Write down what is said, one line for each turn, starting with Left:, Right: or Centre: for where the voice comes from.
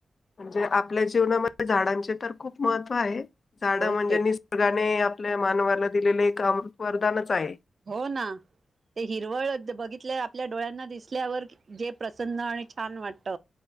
Left: म्हणजे आपल्या जीवनामध्ये झाडांचे तर खूप महत्त्व आहे, झाड
Right: हो
Left: म्हणजे
Right: ते
Left: निसं र्गाने आपल्या मानवाला दिलेल एक अमृत वरदानच आहे.
Right: हो ना ते हिरवळ बघितल्या आपल्या डोळ्यांना दिसल्यावर जे प्रसन्न आणि छान वाटत.